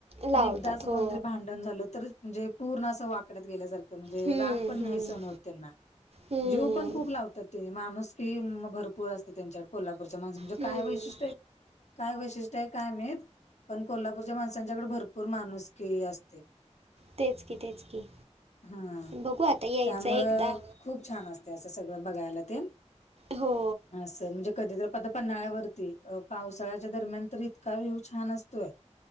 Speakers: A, on the right; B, on the left.
A: लावतात
B: पण एकदा असं
A: हो
B: कोणीतरी भांडण झालं तरी म्हणजे पूर्ण असं वाकड्यात गेल्या सारखं. म्हणजे
A: हम्म
B: राग पण नाही
A: हम्म
B: सहन होत त्यांना
A: हम्म.
B: जीव पण खूप लावतात ते माणूस की भरपूर असते त्यांच्याकडे कोल्हापूरच्या माणसांकडे म्हणजे
A: हम्म,
B: काय वैशिष्ट्य काय वैशिष्ट्य ते काय माहीत पण कोल्हापूरच्या माणसांच्याकडे भरपूर माणूसकी असते.
A: तेच की तेच की
B: हा.
A: बघू आता यायचं
B: त्यामुळं
A: आहे एकदा.
B: खूप छान असत असं सगळं बघायला तेन.
A: हो!
B: असं म्हणजे कधीतरी पत पन्हाळ्यावरती पावसाळ्याच्या दरम्यान तर इतका व्ह्यू छान असतोय.